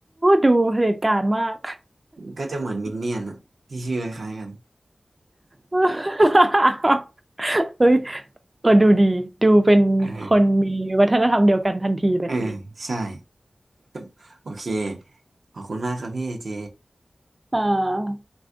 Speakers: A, on the right (about 25°); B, on the right (about 75°).
A: ดูเผด็จการมาก
B: ก็จะเหมือนมินเนี่ยนอะที่ชื่อคล้ายๆกัน
A: <laughs> เฮ้ยเออดูดี ดูเป็นคนมีวัฒนธรรมเดียวกันทันทีเลย
B: เออเออใช่ <laughs> โอเคขอบคุณมากครับพี่เจ
A: อ่า